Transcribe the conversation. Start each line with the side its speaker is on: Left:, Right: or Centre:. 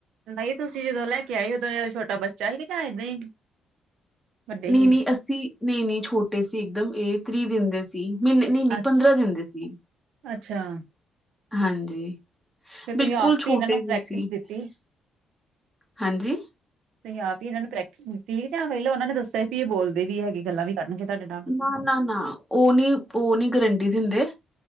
Right: ਨਹੀਂ, ਤੁਸੀਂ ਜਦੋਂ ਲੈ ਕੇ ਆਏ ਉਦੋਂ ਛੋਟਾ ਬੱਚਾ ਹੀ ਗਾ ਜਾਂ ਇਦਾਂ ਹੀ? ਵੱਡੇ
Centre: ਨਹੀਂ-ਨਹੀਂ
Right: ਸੀ।
Centre: ਅੱਸੀ ਨਹੀਂ-ਨਹੀਂ ਛੋਟੇ ਸੀ ਇੱਕਦ, ਇਹ ਤ੍ਰੀਹ ਦਿਨ ਦੇ ਸੀ। ਮਹੀਨੇ ਨਹੀਂ ਨਹੀਂ
Right: ਅੱ
Centre: ਪੰਦਰਾਂ ਦਿਨ ਦੇ ਸੀ।
Right: ਅੱਛਾ।
Centre: ਹਾਂਜੀ।
Right: ਫੇਰ
Centre: ਬਿਲਕੁਲ
Right: ਤੁਸੀਂ ਆਪੇ
Centre: ਛੋਟੇ
Right: ਈ ਇਹਨਾਂ ਨੂੰ
Centre: ਜਿਹੇ
Right: ਪ੍ਰੈਕਟਿਸ
Centre: ਸੀ
Right: ਦਿੱਤੀ।
Centre: ਹਾਂਜੀ
Right: ਤੁਹੁ ਆਪ ਈ ਇਹਨਾਂ ਨੇ ਪ੍ਰੈਕਟਿਸ ਦਿੱਤੀ ਸੀ ਜਾਂ ਪਹਿਲਾਂ ਉਹਨਾਂ ਨੇ ਦੱਸਿਆ ਵੀ ਇਹ ਬੋਲਦੇ ਵੀ ਹੈਗੇ ਗੱਲਾਂ ਵੀ ਕਰਨ ਗੇ ਤੁਹਾਡੇ ਨਾਲ।
Centre: ਨਾ ਨਾ ਨਾ ਉਹ ਨਹੀਂ ਉਹ ਨਹੀਂ ਗਰੰਟੀ ਦਿੰਦੇ।